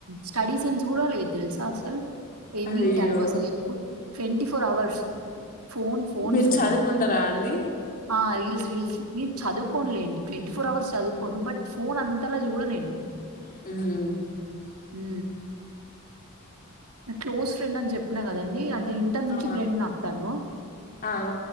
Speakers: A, on the right; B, on the left.
A: స్టడీ సెన్స్ కూడా లేదు తెలుసా అసలు ఎనీ
B: అయ్యో
A: టైమ్ అసలు ఎప్పుడు twenty four hours phone phone
B: మీరు
A: ఫోన్
B: చదువుకుంటారా అండి
A: ఆ ఇల్స్ రీల్స్ నేన్ చదుకొన్లెండి ట్వంటీ ఫోర్ అవర్స్ చదువుకోను. బట్ ఫోన్ అంతలా చూడ నేను
B: మ్
A: మ్ నా క్లోజ్ ఫ్రెండ్ అని జెప్పిన గదండి అండి ఇంటర్ నుంచి
B: ఆ
A: ఫ్రెండ్ నాక్ తను
B: ఆ